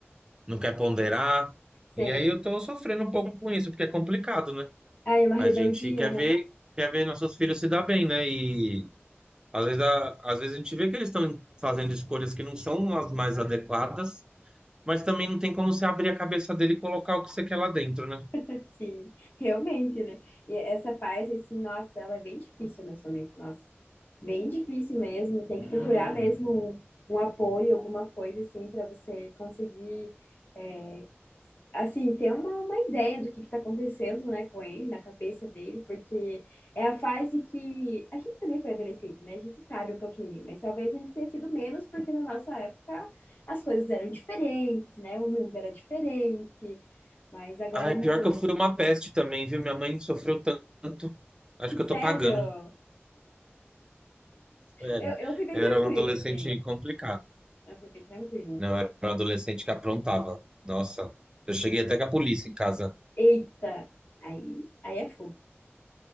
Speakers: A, on the right; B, on the left.
A: não quer ponderar.
B: sei.
A: E aí eu tô sofrendo um pouco com isso, porque é complicado, né?
B: Ai, é uma rebeldia,
A: A gente quer
B: né?
A: ver, quer ver nossos filhos se dar bem, né? E às vezes a, às vezes a gente vê que eles estão fazendo escolhas que não são as mais adequadas, mas também não tem como você abrir a cabeça dele e colocar o que você quer lá dentro, né?
B: <laughs> Sim, realmente, né? E essa fase, assim, nossa, ela é bem difícil, meu amigo, nossa. Bem difícil mesmo, tem que procurar mesmo um, um apoio, alguma coisa assim, pra você conseguir eh, assim, ter uma, uma ideia do que está acontecendo, né, com ele, na cabeça dele, porque é a fase que a gente também foi adolescente, né? A gente sabe um pouquinho, mas talvez a gente tenha sido menos, porque na nossa época as coisas eram diferentes, né? O mundo era diferente, mas agora
A: Ah, é
B: mudou.
A: pior que eu fui uma peste também, viu? Minha mãe sofreu tanto. Acho
B: <laughs>
A: que eu
B: Sério,
A: tô pagando. Sério.
B: eu, eu fui bem
A: Eu
B: tranquila,
A: era um adolescente
B: assim,
A: complicado.
B: eu fui bem tranquila.
A: Não, eu era um adolescente que aprontava. Nossa, eu cheguei até com a polícia em casa.
B: Eita, aí, aí é fogo,